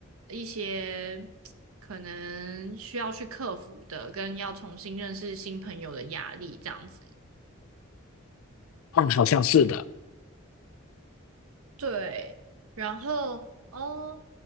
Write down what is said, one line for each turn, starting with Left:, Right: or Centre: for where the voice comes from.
Right: 一些可能需要去克服的，跟要重新认识新朋友的压力这样子。
Left: 嗯，好像是的。
Right: 对，然后哦。